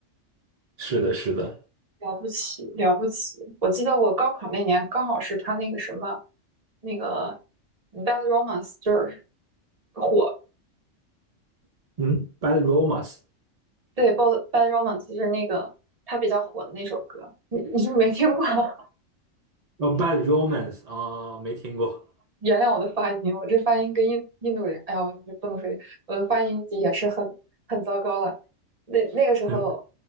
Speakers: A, on the right; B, on the right.
A: 是的，是的。
B: 了不起，了不起！我记得我高考那年，刚好是他那个什么，那个嗯 Bad Romance 就是火，
A: 嗯，Bad Romance。
B: 对，Bad Bad Romance 就是那个他比较火的那首歌，你你是不是没听过？<laughs>
A: 哦 b a d Romance 啊，没听过。
B: 原谅我的发音，我这发音跟印印度人，哎呀，我这不能说这我的发音也是很很糟糕了。那那个时候，
A: 嗯，